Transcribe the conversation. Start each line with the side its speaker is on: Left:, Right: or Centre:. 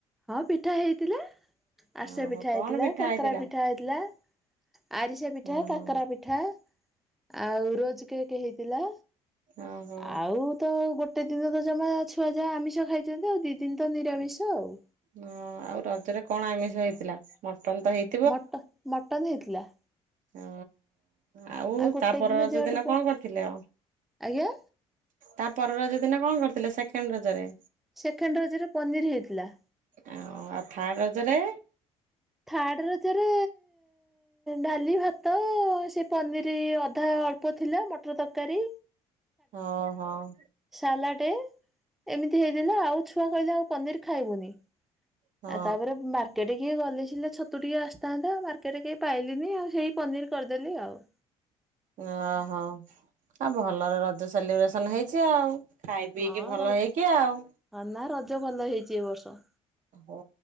Centre: ହଁ ପିଠା ହେଇଥିଲା। ଆରିସା
Right: ଓହୋ
Centre: ପିଠା
Right: କଣ
Centre: ହେଇଥିଲା
Right: ପିଠା
Centre: କାକେରା
Right: ହେଇଥିଲା?
Centre: ପିଠା ହେଇଥିଲା ଆରିସା ପିଠା
Right: ଓହୋ
Centre: କାକେରା ପି ପିଠା ଆଉ ରୋଜ୍ କେକ୍ ହେଇଥିଲା।
Right: ଓହୋ।
Centre: ଆଉତ ଗୋଟେ ଦିନତ ଜମା ଛୁଆ ଯାହା ଆମିଷ ଖାଇଚନ୍ତି ଆଉ ଦି ଦିନିତ ନିରାମିଷ ଆଉ।
Right: ହଁ ଆଉ ରଜରେ କଣ ଆମିଷ ହେଇଥିଲା ମଟନତ ହେଇ
Centre: ମଟ ମଟନ୍ ହେଇଥିଲା।
Right: ଓ ଆଉ
Centre: ଗୋଟେ
Right: ତାପର
Centre: ଦିନ
Right: ରଜଦିନ
Centre: ଯେହେତୁ
Right: କଣ କରିଥିଲ?
Centre: ଆଜ୍ଞା?
Right: ତାପର ରଜ ଦିନ କଣ କରିଥିଲେ ସେକେଣ୍ଡ ରଜରେ?
Centre: ସେକେଣ୍ଡ ରଜରେ ପନିର୍ ହେଇଥିଲା।
Right: ଆ ଆଉ ଥା ରଜରେ?
Centre: ଥାର୍ଡ଼ ରଜରେ ଡାଲି ଭାତ ସେ ପନିର୍ ଅଧା ଅଳ୍ପ ଥିଲା ମଟର ତରକାରୀ
Right: ହଁ ହଁ।
Centre: ସାଲାଟେ ଏମିତି ହେଇଥିଲା ଆଉ ଛୁଆ କହିଲେ ଆଉ ପନିର୍ ଖାଇବୁନି।
Right: ହଁ
Centre: ଆ ତାପରେ ମାର୍କେଟ କିଏ ଗଲେ ସି ଥିଲେ ଛତୁ ଟିକେ ଆସିଥାନ୍ତା ମାର୍କେଟରେ କେଇ ପାଇଲିନି ଆଉ ସେଇ ପନିର୍ କରିଦେଲି ଆଉ।
Right: ଓହୋ ଆଉ ଭଲରେ ରଜ ସେଲିବ୍ରେସନ ହେଇଚି ଆଉ? ଖାଇ ପିଇକି
Centre: ହଁ
Right: ଭଲ
Centre: ରଜ
Right: ହେଇକି ଆଉ?
Centre: ହଁ ନା ରଜ ଭଲ ହେଇଚି ଏବର୍ଷ।
Right: ହ